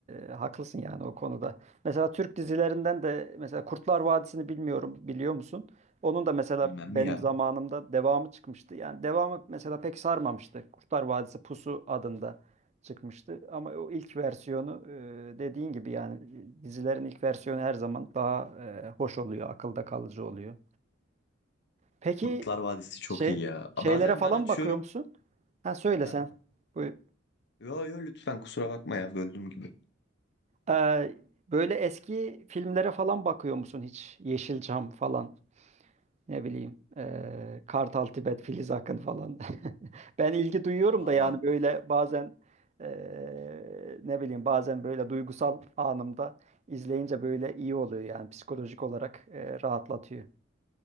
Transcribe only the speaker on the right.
e, haklısın yani o konuda. Mesela Türk dizilerinden de mesela Kurtlar Vadisi'ni bilmiyorum, biliyor musun? Onun da mesela
benim
zamanımda devamı çıkmıştı. Yani devamı mesela pek sarmamıştı. Kurtlar Vadisi Pusu adında çıkmıştı. Ama o ilk versiyonu e, dediğin gibi yani e, dizilerin ilk versiyonu her zaman daha e, hoş oluyor, akılda kalıcı oluyor. Peki
şey
şeylere
falan
bakıyor musun? Ha söyle
sen. Buyur.
Ee, böyle eski filmlere falan bakıyor musun hiç? Yeşilçam falan, ne bileyim, ee, Kartal Tibet, Filiz Akın falan. <laughs> Ben ilgi duyuyorum
da yani böyle bazen ee, ne bileyim bazen böyle duygusal anımda izleyince böyle iyi oluyor yani psikolojik olarak ee, rahatlatıyor.